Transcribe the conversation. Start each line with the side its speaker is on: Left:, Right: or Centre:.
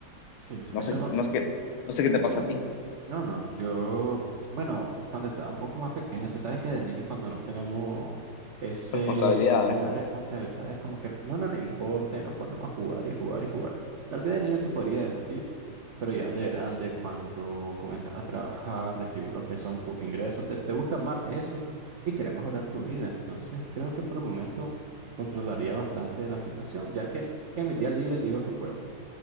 Right: Sí, es- eso
Left: No sé,
Right: es lo,
Left: no sé qué, no sé qué te pasa a ti.
Right: No, no, no. Yo, bueno, cuando estaba un poco más pequeño, tú sabes que de niños cuando no tenemos ese,
Left: Responsabilidades.
Right: esas responsabilidades, como que no, no, no, no importa y nos ponemos a jugar y jugar y jugar. Tal vez de niño te podría decir, pero ya de grande, cuando comienzas a trabajar, recibir lo que son tus ingresos, te, te gusta más eso y quieres mejorar tu vida. Entonces, creo que por el momento controlaría bastante la situación, ya que en mis días libres digo que puedo.